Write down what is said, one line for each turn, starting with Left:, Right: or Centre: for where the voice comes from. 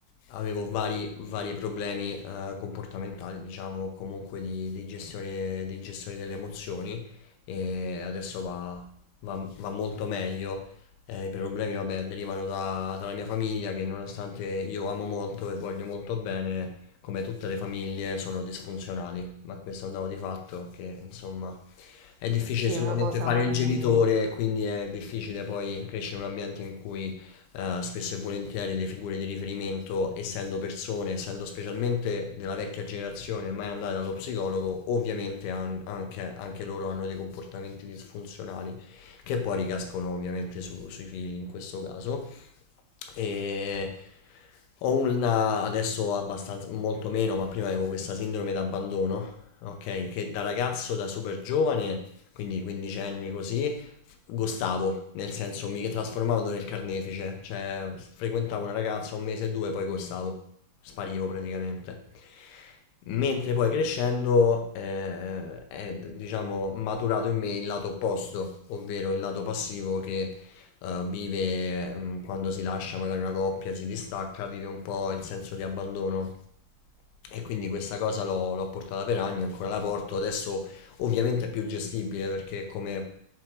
Left: avevo vari, vari problemi eh, comportamentali, diciamo, comunque di, di gestione, di gestione delle emozioni e adesso va, va- va molto meglio. Eh, I problemi, vabbè, derivano da- dalla mia famiglia che nonostante io amo molto e voglio molto bene, come tutte le famiglie, sono disfunzionali, ma questo è un dato di fatto che, insomma, è difficile
Right: Sì,
Left: sicuramente
Right: è una cosa
Left: fare il
Right: comune,
Left: genitore, quindi è difficile poi crescere in un ambiente in cui eh, spesso e volentieri le figure di riferimento, essendo persone, essendo specialmente della vecchia generazione, mai andate dallo psicologo, ovviamente han- anche, anche loro hanno dei comportamenti disfunzionali che poi ricascono ovviamente su- sui figli in questo caso. E ho una adesso abbastanza, molto meno, ma prima avevo questa sindrome d'abbandono, ok? Che da ragazzo, da super giovane, quindi 15 anni così, f- gostavo, nel senso mi trasformavo nel carnefice, cioè frequentavo una ragazza un mese e due, poi gostavo, sparivo praticamente. Mentre poi crescendo eh, è, diciamo, maturato in me il lato opposto, ovvero il lato passivo che eh, vive mh, quando si lascia magari una coppia, si distacca, vive un po' il senso di abbandono. E quindi questa cosa l'ho, l'ho portata per anni, ancora la porto. Adesso ovviamente è più gestibile perché come